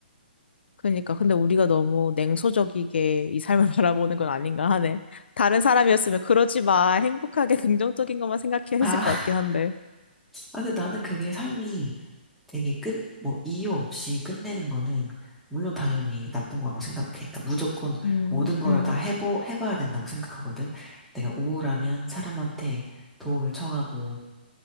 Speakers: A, on the left; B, in the centre.
A: 그러니까. 근데 우리가 너무 냉소적이게 이 삶을 <laughs> 바라보는 건 아닌가 하네. 다른 사람이었으면 그러지 마. 행복하게 <laughs> 긍정적인 것만 생각해
B: 아,
A: 했을 것 같긴 한데.
B: 아, 근데 나는 그게 삶이 되게 끝, 뭐, 이유 없이 끝내는 거는, 물론 당연히 나쁜 거라고 생각해. 그러니까 무조건
A: 음,
B: 모든 걸
A: 음,
B: 다 해보, 해봐야 된다고 생각하거든. 내가 우울하면 사람한테 도움을 청하고,